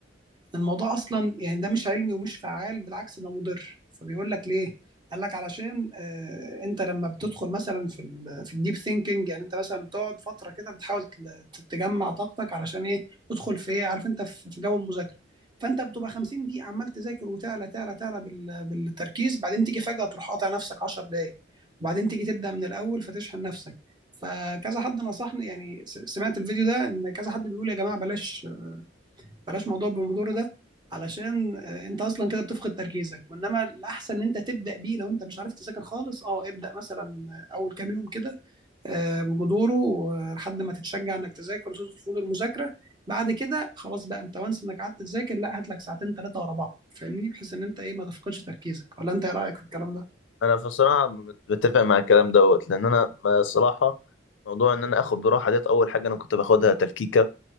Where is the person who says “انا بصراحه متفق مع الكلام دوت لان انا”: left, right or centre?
Left